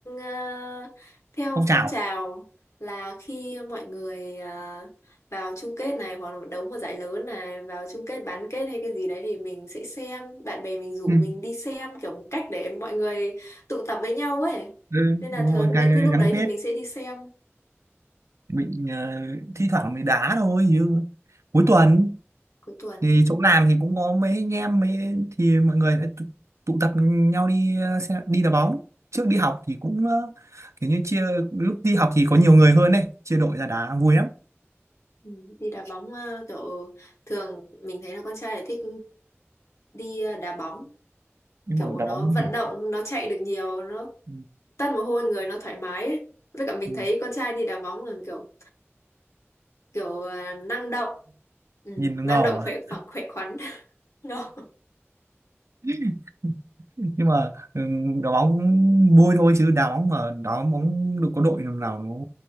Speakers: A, on the left; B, on the right.
A: ờ, theo
B: phong trào
A: phong trào là khi mọi người ờ, vào chung kết này hoặc là đấu một giải lớn này vào chung kết bán kết hay cái gì đấy thì mình sẽ xem bạn bè mình rủ
B: ừ.
A: mình đi xem kiểu một cách để mọi người tụ tập với nhau ấy
B: ừ,
A: nên là
B: đúng
A: thường
B: rồi càng
A: những cái lúc
B: gắn
A: đấy thì
B: kết
A: mình sẽ đi xem
B: mình ờ, thi thoảng mình đá thôi chứ cuối tuần
A: cuối tuần
B: thì chỗ làm thì cũng có mấy anh em mấy thì mọi người lại tụ, tụ tập nhau đi ờ, xe, đi đá bóng trước đi
A: Ừm,
B: học thì cũng ờ, kiểu như chia lúc đi học thì có nhiều người hơn đấy chia đội ra đá vui lắm
A: ừm, đi đá bóng ờ, kiểu thường mình thấy là con trai là thích đi ờ, đá bóng
B: nhưng
A: kiểu
B: mà đá
A: nó
B: bóng cũng
A: vận
B: nhỉ
A: động nó chạy được nhiều nó
B: Ừ.
A: tăn mồ hôi người nó thoải mái ấy. với cả mình
B: Ừ.
A: thấy con trai đi đá bóng là kiểu kiểu ờ, năng động ừ,
B: nhìn
A: năng
B: ngầu
A: động
B: à.
A: khỏe phẳng khỏe khoắn <laughs> Đó.
B: <laughs> nhưng mà ừ, đá bóng vui thôi chứ đá bóng mà đá bóng được có đội nào nào nó